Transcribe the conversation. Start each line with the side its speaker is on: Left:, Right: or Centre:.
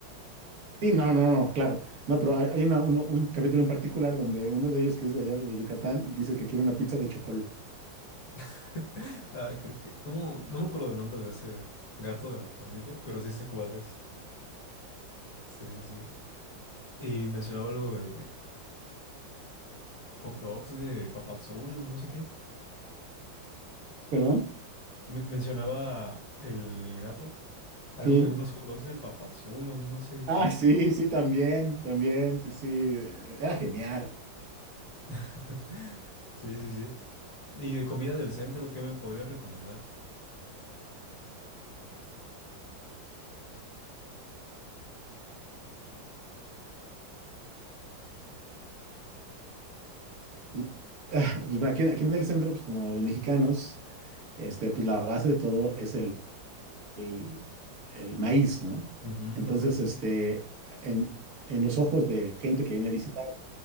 Right: Sí, no, no, no, claro. No, pero hay, hay una- uno- un capítulo en particular donde uno de ellos, que es de allá de, de Yucatán, dice que quiere una pizza de chocolate.
Left: <laughs> Ah, creo que, ¿cómo? No me acuerdo del nombre de ese gato de la pandilla, pero sí sé cuál es. Sí, sí, sí. Y mencionaba algo de hot dogs de Papadzul o no sé qué.
Right: ¿Perdón?
Left: Me- mencionaba el gato, algo
Right: Sí.
Left: de unos hot dogs de Papadzul o no sé
Right: Ah,
Left: qué.
Right: sí, sí, también, también, sí, sí. Era genial.
Left: <laughs> Sí, sí, sí. Y de comida del centro, ¿qué me podrías recomendar?
Right: Mm, ah, Pues aquí, aquí en el centro, pues como los mexicanos, este, pues la base de todo es el, el- el maíz, ¿no?
Left: Ujú,
Right: Entonces,
Left: la tortilla.
Right: este, en, en los ojos de gente que viene a visitar,